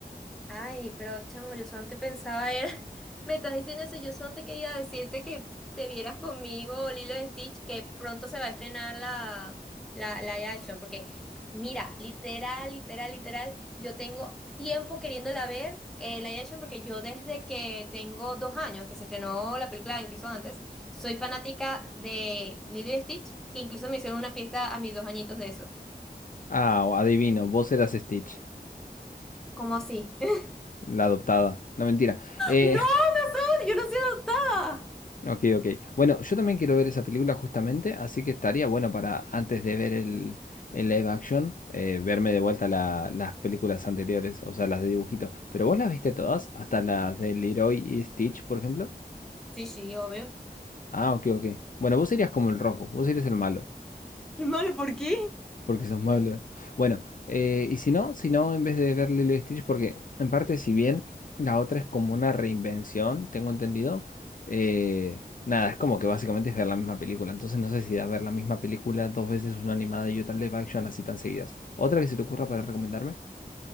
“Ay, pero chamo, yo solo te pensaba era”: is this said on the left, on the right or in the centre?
Centre